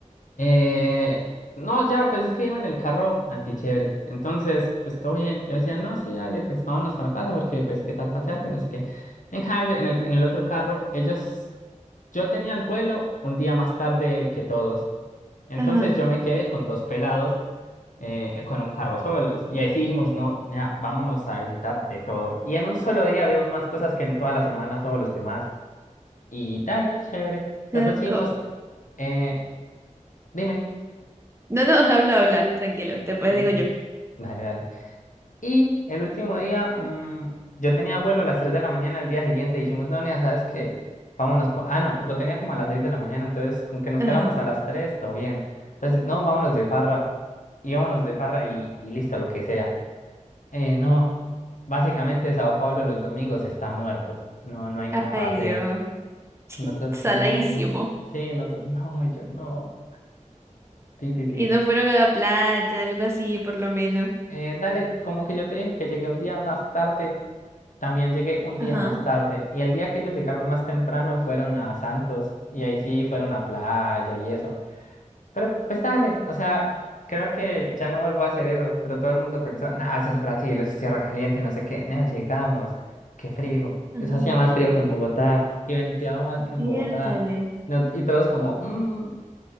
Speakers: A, on the left; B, on the right.
A: Eh, no, ya, pues es que iba en el carro antichévere. Entonces, pues todo bien. Yo decía, no, sí, dale, pues vámonos para la casa porque, pues, qué tal pase algo y no sé qué. En cambio, en el, en el otro carro, ellos, yo tenía el vuelo un día más tarde que todos. Entonces
B: Ajá.
A: yo me quedé con dos pelados eh, con un carro solos. Y ahí sí dijimos, no, mira, vámonos a visitar de todo. Y en un solo día vimos más cosas que en toda la semana todos los demás. Y dale, chévere.
B: Te
A: Después dijimos,
B: esco-
A: eh, dime.
B: No, no, <laughs> habla, habla, tranquilo, después
A: Eh,
B: digo yo.
A: dale, dale. Y el último día, mm, yo tenía vuelo a las 3 de la mañana el día siguiente. Dijimos, no, Nea, ¿sabes qué? Vámonos. pa-". Ah, no, lo tenía como a las 6 de la mañana. Entonces, con que nos
B: Ajá.
A: fuéramos a las 3 todo bien. Entonces, no, vámonos de farra. Y vámonos de farra y, y listo, lo que sea. Eh, no, básicamente Sao Paulo los domingos está muerto. No, no hay nada para
B: Ay,
A: hacer.
B: Dios.
A: Nosotros,
B: Saladísimo.
A: no. Sí, nosotros, no, y yo no. Ti, ti,
B: Y
A: ti.
B: no fueron a la playa, algo así, por lo menos.
A: Eh, dale, como que yo te dije que llegué un día más tarde, también llegué un día
B: Ajá.
A: más tarde. Y el día que ellos llegaron más temprano fueron a Santos y ahí sí fueron a playa y eso. Pero pues dale, o sea, creo que ya no vuelvo a hacer eso. Pero todo el mundo pensó, nah, eso es Brasil, eso es tierra caliente, no sé qué. Nah, llegamos, qué frío.
B: Ajá.
A: Eso hacía más frío que en Bogotá y venteaba más que en
B: Piértale.
A: Bogotá. No- y todos como, "Mm,